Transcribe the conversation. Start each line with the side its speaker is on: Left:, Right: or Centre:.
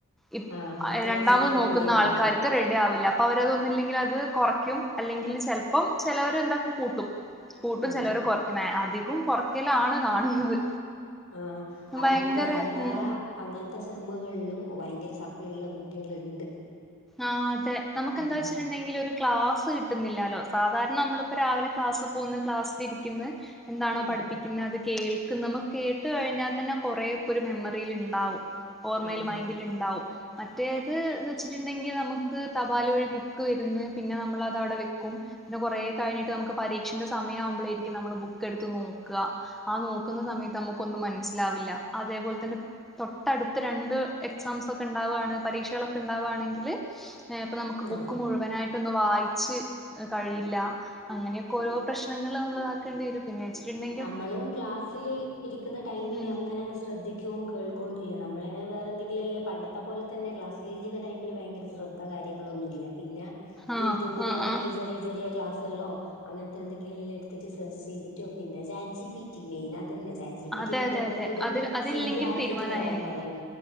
Centre: ഇപ്പ്
Left: ആഹ് മറ്റേ
Centre: രണ്ടാമത്
Left: മിസ്സിന്
Centre: നോക്കുന്ന
Left: റെഡി ആവൂല
Centre: ആൾക്കാർ ക്ക് റെഡി ആവില്ല അപ്പോ അവരതൊന്നുല്ലെങ്കില് അത് കൊറയ്ക്കും അല്ലെങ്കിൽ ചെൽപ്പം ചെലോര് എന്താക്കും കൂട്ടും. കൂട്ടും
Left: ആഹ്
Centre: ചെലോര് കൊർക്കും മാ അധികും കൊറയ്ക്കലാണ് കാണുന്നത്.
Left: ആഹ് അതുകൊണ്ട്
Centre: ഭയങ്കര
Left: എല്ലാ
Centre: ഉം
Left: അങ്ങൻത്തെ സെമ്മുകളിലും ഭയങ്കര സപ്ലി ഉള്ള കുട്ടികളുണ്ട്.
Centre: ആഹ് അതെ നമുക്കന്താ
Left: ഉം
Centre: വെച്ചിട്ടുണ്ടെങ്കില് ഒരു ക്ലാസ് കിട്ടുന്നില്ലാല്ലോ സാധാരണ നമ്മളിപ്പോ രാവിലെ ക്ലാസ് പോന്ന് ക്ലാസ്സിലിരിക്ക്ന്ന് എന്താണോ
Left: ആഹ്
Centre: പഠിപ്പിക്കുന്ന അത് കേൾക്കും നമുക്ക് കേട്ട് കഴിഞ്ഞാൽ തന്നെ കൊറേക്കെ ഒരു മെമ്മറിയിൽ ഇണ്ടാവും. ഓർമ്മയില്
Left: ആഹ്
Centre: മൈൻഡിൽ ഇണ്ടാവും മറ്റേത് എന്ന് വെച്ച ച്ചിട്ടുണ്ടെങ്കിൽ നമുക്ക് തപാൽ വഴി ബുക്ക് വരുന്ന് പിന്നെ നമ്മളത് അവിടെ വെക്കും. പിന്നെ കൊറെ കഴിഞ്ഞിട്ട് നമുക്ക് പരീക്ഷന്റെ സമയം ആവുമ്പളായിരിക്കും നമ്മള് ബുക്ക് എടുത്ത് നോക്ക. ആഹ് നോക്കുന്ന സമയത്ത് നമുക്കൊന്നും മൻസ്സിലാവില്ല അതേപോലെ തന്നെ തൊട്ടടുത്ത് രണ്ട് എക്സാംസ് ഒക്കെ ഇണ്ടാവാണ് പരീക്ഷകളൊക്കെ ഇണ്ടാവാണ്. എങ്കില് ഏഹ് ഇപ്പം നമുക്ക്
Left: ആഹ്
Centre: ബുക്ക് മുഴുവനായിട്ട് ഇതൊന്ന് വായിച്ച് കഴിയില്ല. അങ്ങനെയൊക്കെ ഓരോ പ്രശ്നങ്ങൾ നമ്മൾ ഇതാക്കേണ്ടി വരും. <unintelligible>
Left: നമ്മളും ക്ലാസ്സില് ഇരിക്കുന്ന ടൈമിന്
Centre: ഉം
Left: അങ്ങനങ്ങ് ശ്രദ്ധിക്കോ കേൾക്കോന്നില്ല നമ്മള് വേറെന്തെങ്കിലും അല്ല പണ്ടത്തെ പോലെ തന്നെ ക്ലാസ്സ് ലിരിക്കുന്ന ടൈമിന് ഭയങ്കര ശ്രദ്ധ കാര്യങ്ങളൊന്നുല്ല പിന്നെ
Centre: ആഹ്
Left: യൂട്യൂബിൽ
Centre: ആഹ്
Left: എന്തെങ്കിലും
Centre: ആഹ്
Left: ചെറിയ ചെറിയ ക്ലാസുകളോ അങ്ങൻത്തെ എന്തെങ്കിലും എല്ലാം എട്ത്തച്ച് സെർച്ച് ചെയ്തിട്ട് പിന്നെ chat G P T main അതന്നെ. ചാറ്റ് ജി പി
Centre: അതെ
Left: ടി യിൽ
Centre: അതെ
Left: ടോപ്പിക്ക്
Centre: അതെ
Left: ഇടും.
Centre: അതിൽ അതില്ലെങ്കിൽ
Left: സിമ്പിൾ ആക്കിട്ട്
Centre: തീരുമാനമായേനെ
Left: തരാൻ പറയും.